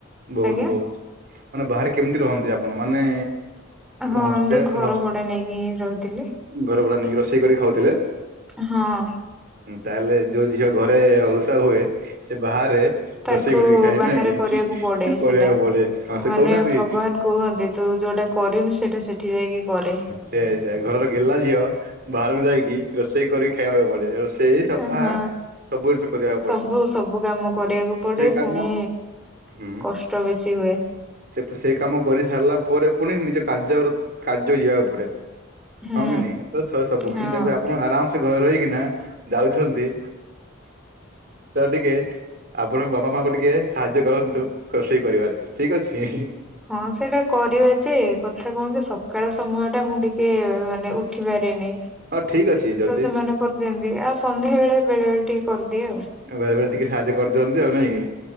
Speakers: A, on the right; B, in the centre.
A: ବହୁତ
B: ଆଜ୍ଞା
A: ବହୁତ ମାନେ ବାହାରେ କେମିତି ରହନ୍ତି ଆପଣ ମାନେ
B: ହଁ
A: ହଷ୍ଟେଲ
B: ଏମିତି ଘର ଭଡା ନେଇକି ହିଁ ରହୁଥିଲି।
A: ଘର ଭଡ଼ା ନେଇକି ରୋଷେଇ କରି ଖାଉଥିଲେ?
B: ହଁ
A: ତାହେଲେ ଯୋଉ ଝିଅ ଘରେ ଅ ହୁଏ ସେ ବାହାରେ
B: ତାକୁ
A: ରୋଷେଇ କରିକି ଖାଏ
B: ବାହାରେ
A: ନାଇଁ କି
B: କରିବାକୁ ପଡେ
A: କରିବାକୁ
B: ସେଟା।
A: ପଡେ। ହଁ ସେ
B: ମାନେ
A: କହୁନାହାନ୍ତି
B: ଭଗବାନ କୁହନ୍ତି ତୁ ଯୋଉଟା କରିନୁ ସେଇଟା ସେଠି ଯାଇକି କରେ।
A: ସେଇଆ ସେଆ ଘରର ଗେଲା ଝିଅ ବାହାରକୁ ଯାଇକି ରୋଷେଇ କରି ଖାଇବାକୁ ପଡେ ରୋଷେଇ ସଫା
B: ହଁ
A: ସବୁ ଜିନିଷ କରିବା
B: ସବୁ ସବୁ କାମ କରିବାକୁ ପଡେ
A: କାମ
B: ପୁଣି
A: ହୁଁ
B: କଷ୍ଟ ବେଶୀ ହୁଏ।
A: ସେ ସେ କାମ କରି ସାରିଲା ପରେ ପୁଣି ନିଜ କାର୍ଯ୍ୟ କାର୍ଯ୍ୟ ଯିବାକୁ ପଡେ।
B: ହୁଁ
A: ହଁ କି ନାଇଁ ତ ସବୁ
B: ହଁ।
A: କିନ୍ତୁ ଏବେ ଆପଣ ଆରାମ ଘରେ ରହିକିନା ଯାଉଛନ୍ତି। ତ ଟିକେ ଆପଣଙ୍କ ବାପା ମାଙ୍କୁ ଟିକେ ସାହାଯ୍ୟ କରନ୍ତୁ। ରୋଷେଇ କରିବା ଠିକ ଅଛି।
B: ହଁ ସେଇଟା କରିବା ଯେ କଥା କଣ କି ସକାଳ ସମୟ ଟା ମୁଁ ଟିକେ ମାନେ ଉ ଉଠିପାରେନି।
A: ଠିକ୍ ଅଛି ଯଦି
B: ସେମାନେ କରିଦିଅନ୍ତି ଆଉ ସନ୍ଧ୍ୟା ବେଳେ ବେଳେ ବେଳେ ଟିକେ କରିଦିଏ ଆଉ।
A: ବେଳେ ବେଳେ ଟିକେ ସାହାଯ୍ୟ କରିଦିଅନ୍ତି ଆଉ ନାଇଁକି